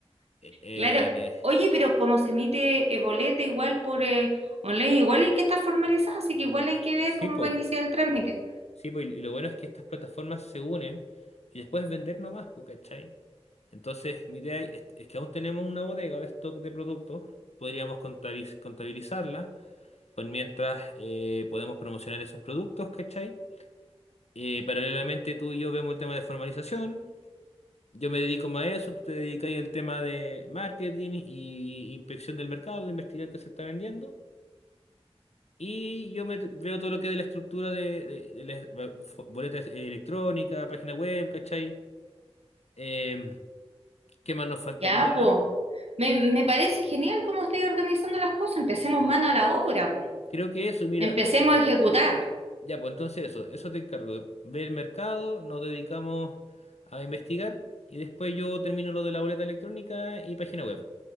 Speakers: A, on the left (about 85°); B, on the right (about 75°).
A: Eh, eh,
B: Claro, oye, pero como se emite eh, boleta igual por eh, online, igual hay que estar formalizado, así que igual hay que ver
A: sí,
B: cómo
A: pues.
B: va a iniciar el trámite.
A: Sí, pues, y y lo bueno es que estas plataformas se unen y después vender nomás, pues, ¿cachai? Entonces, mi idea es, es que aún tenemos una bodega de stock de productos, podríamos contabiliz- contabilizarla, pues mientras eh, podemos promocionar esos productos, ¿cachai? Eh, paralelamente tú y yo vemos el tema de formalización, yo me dedico más a eso, tú te dedicas al tema de marketing y inspección del mercado, de investigar qué se está vendiendo. Y yo me veo todo lo que es de la estructura de, de- de las ba- fo- boletas electrónicas, página web, ¿cachai? Em, ¿qué más nos faltaría?
B: Ya, pues, me, me parece genial cómo estáis organizando las cosas. Empecemos mano a la obra, pues.
A: Creo que eso, mira,
B: Empecemos a ejecutar.
A: ya, pues entonces eso, eso te encargo. Ve el mercado, nos dedicamos a investigar y después yo termino lo de la boleta electrónica y página web.